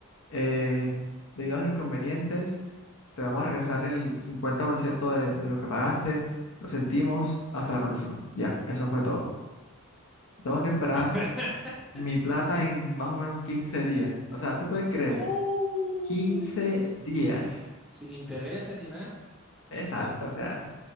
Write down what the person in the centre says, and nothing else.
<laughs>
No,
es
sin intereses ni nada.
Eh,